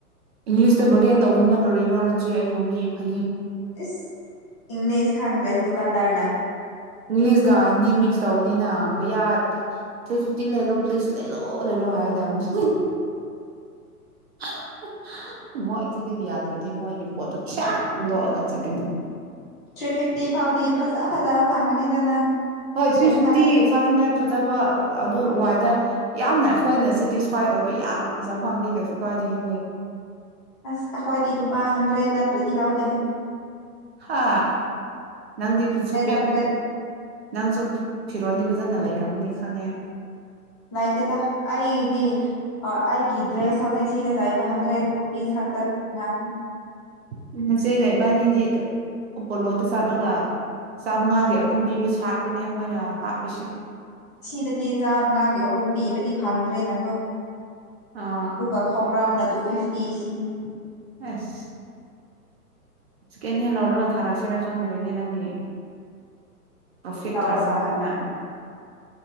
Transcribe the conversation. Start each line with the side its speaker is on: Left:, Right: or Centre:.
Right: ꯏꯪꯂꯤꯁꯇ ꯕꯔꯒꯦꯟ ꯇꯧꯕꯅꯤꯅ ꯀꯔꯤꯔꯣ ꯅꯆꯦ ꯑꯩꯕꯨ ꯃꯤ ꯐ
Left: ꯑꯦꯁ ꯏꯪꯂꯤꯁ ꯈꯥꯡꯗ꯭ꯔꯗꯤ ꯗꯨꯀꯥꯟꯗꯥꯔꯅ
Right: ꯏꯪꯂꯤꯁꯀ ꯍꯤꯟꯗꯤ ꯃꯤꯛꯁ ꯇꯧꯕꯅꯤꯅ ꯕꯌꯥ ꯊ꯭ꯔꯤ ꯐꯤꯐꯇꯤ ꯂꯦꯂꯣ ꯄ꯭ꯂꯤꯁ ꯂꯦꯂꯣ ꯂꯂꯣ ꯍꯥꯏ ꯇꯕꯅꯤ <inaudible> ꯃꯣꯏ ꯆꯗꯒꯤ ꯌꯥꯗ꯭ꯔ ꯗꯤ ꯃꯣꯏꯒꯤ ꯄꯣꯠꯇꯣ ꯆꯥꯛ ꯍꯨꯟꯗꯣꯛꯑꯒ ꯆꯠꯀꯅꯤ
Left: ꯊ꯭ꯔꯤ ꯐꯤꯐꯇꯤ ꯐꯥꯎꯗꯤ ꯐꯖ ꯐꯖꯕ ꯐꯪꯒꯅꯤꯗ ꯅꯪ
Right: ꯍꯣꯏ ꯊ꯭ꯔꯤ
Left: ꯀꯩꯝ
Right: ꯐꯤꯐꯇꯤ
Left: ꯈꯜꯂꯅꯨ
Right: ꯐꯥꯏꯚ ꯍꯟꯗ꯭ꯔꯦꯠ ꯐꯖꯕ ꯑꯗꯨꯔ ꯋꯥꯏꯗ ꯌꯥꯝꯅ ꯑꯩꯈꯣꯏꯅ ꯁꯦꯇꯤꯁꯐꯥꯏ ꯑꯣꯏꯕ ꯌꯥꯝ ꯐꯖꯕ ꯐꯪꯑꯗꯦ ꯀꯩꯁꯨ ꯀꯥꯏꯗꯦ <inaudible>
Left: ꯑꯁ ꯑꯩꯈꯣꯏꯗꯤ ꯂꯨꯄꯥ ꯍꯟꯗ꯭ꯔꯦꯠ ꯅꯠ ꯇ꯭ꯔꯗꯤ ꯂꯥꯎꯗꯦꯍꯦ
Right: ꯍ ꯅꯪꯗꯤ ꯐꯨꯗ ꯁꯣꯄꯤꯡ
Left: ꯍꯟꯗ꯭ꯔꯦꯠ
Right: ꯅꯪ ꯁꯣ ꯐꯤꯔꯣꯟꯗꯤ ꯐꯖꯅ ꯂꯩꯔꯝꯒꯅꯤ ꯈꯪꯉꯦ
Left: ꯂꯩꯇꯦꯗ ꯑꯩꯗꯤ-ꯑꯥ ꯑꯩꯒꯤ ꯗ꯭ꯔꯦꯁ ꯍꯧꯖꯤꯛ ꯁꯤꯗ ꯂꯩꯕ ꯍꯟꯗ꯭ꯔꯦꯠ ꯔꯨꯄꯤꯖ ꯈꯛꯇ ꯉꯥꯛꯇꯅꯤ
Right: ꯎꯝ ꯆꯦꯒꯥ ꯏꯕꯅꯤꯗꯤ ꯎꯝ ꯄꯣꯂꯣꯗ ꯆꯠꯂꯒ ꯆꯥꯝꯃꯉꯥꯒꯤ ꯑꯍꯨꯝ ꯄꯤꯕ ꯁꯥꯔꯥꯠꯇꯨꯅꯦ ꯑꯩꯈꯣꯏꯅ ꯍꯥꯞꯄꯤꯁꯦ
Left: ꯁꯤꯗꯗꯤ ꯆꯥꯃꯉꯥꯒꯤ ꯑꯍꯨꯝ ꯄꯤꯕꯗꯤ ꯐꯪꯗ꯭ꯔꯦꯅꯀꯣ
Right: ꯑꯥ
Left: ꯇꯨꯒ ꯈꯣꯡꯒ꯭ꯔꯥꯎꯅ ꯇꯣ ꯐꯤꯞꯇꯤ ꯁꯤꯅꯤ
Right: ꯑꯁ ꯏꯁꯀꯤꯟ ꯍꯦꯜꯂꯣꯔꯒ ꯊꯥꯔꯛꯁꯤꯔꯥ ꯈꯪꯗ꯭ꯔꯦꯅꯦ ꯅꯪꯒꯤ ꯔꯣꯐꯤꯠ
Left: ꯇꯧꯔꯒ
Right: ꯊ꯭ꯔꯥꯆꯥꯅꯤꯅ
Left: ꯊꯥꯔꯛꯑꯣ